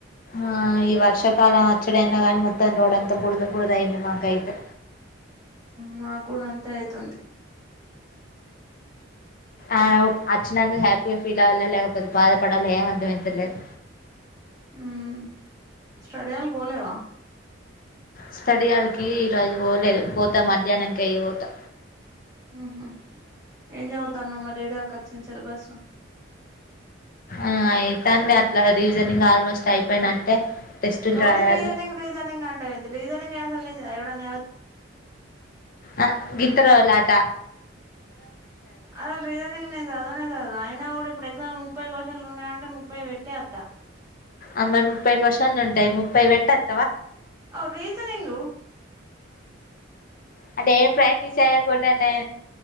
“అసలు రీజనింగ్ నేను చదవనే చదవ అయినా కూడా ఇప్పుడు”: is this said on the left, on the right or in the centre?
Right